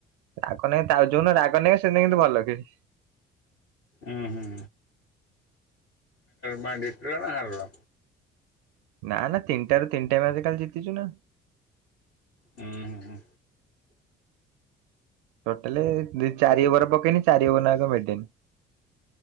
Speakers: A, on the right; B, on the left.
A: ରାଗ ନାହିଁ ତା ଆଉ ଯୋଉ ନ ରାଗ ନାହିଁ ସେ ଇନ କିନ୍ତୁ ଭଲ କିଛି
B: ଉଁ ହୁଁ। ନା ଜିତ୍ଲ ନା ହାର୍ଲ
A: ନା ନା ତିନିଟା ର ତିନିଟା ମେଚ୍ କାଲି ଜିତିଛୁ ନା
B: ହୁଁ ହୁଁ ହୁଁ
A: ଟୋଟାଲି ଦି ଚାରି ଓଭର ପକେଇନି ଚାରି ଓଭର ନ <unintelligible>